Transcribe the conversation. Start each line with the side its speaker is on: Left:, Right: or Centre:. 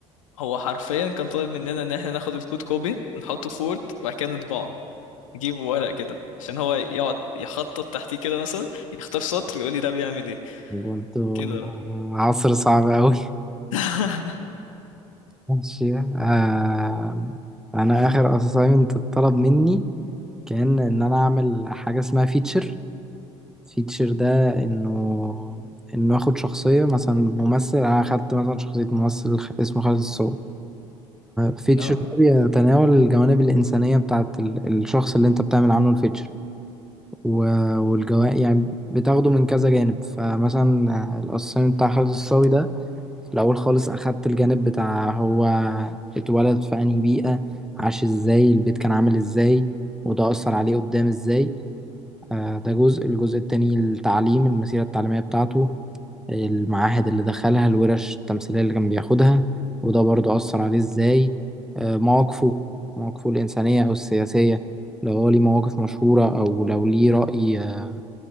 Left: هو حرفيا كان طالب مننا ان احنا ناخد الكود كوبي نحطه في وورد وبعد كده نطبعه نجيبه ورق كده عشان هو يقعد يخطط تحتيه كده مثلا يختار سطر ويقول لي ده بيعمل ايه
Centre: برضه
Left: كده بقى
Centre: عصر صعب أوي
Left: <laughs>
Centre: ماشي آه أنا آخر assignment اتطلب مني كان إن أنا أعمل حاجة اسمها فيتشر فيتشر ده إنه إنه آخد شخصية مثلا ممثل أنا أخدت مثلا شخصية ممثل خ- اسمه خالد الصاوي فيتشر
Left: اه
Centre: ده بيتناول الجوانب الإنسانية بتاعت ال- الشخص اللي أنت بتعمل عنه الفيتشر والجوانب يعني بتاخده من كذا جانب فمثلا آه، الأسايمنت بتاع خالد الصاوي ده في الأول خالص أخدت الجانب بتاع هو اتولد في أنهي بيئة عاش ازاي البيت كان عامل ازاي وده أثر عليه قدام ازاي آه، ده جزء الجزء التاني التعليم المسيرة التعليمية بتاعته المعاهد اللي دخلها الورش التمثيلية اللي كان بياخدها وده برضه أثر عليه ازاي آه، مواقفه مواقفه الإنسانية أو السياسية لو هو ليه مواقف مشهورة أو لو ليه رأي آه،